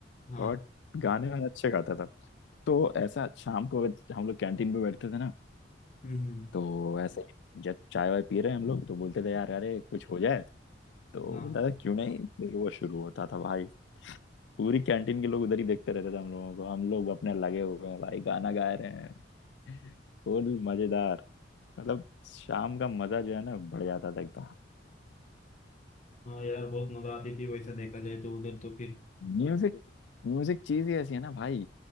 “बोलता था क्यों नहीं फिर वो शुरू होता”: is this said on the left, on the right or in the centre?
Left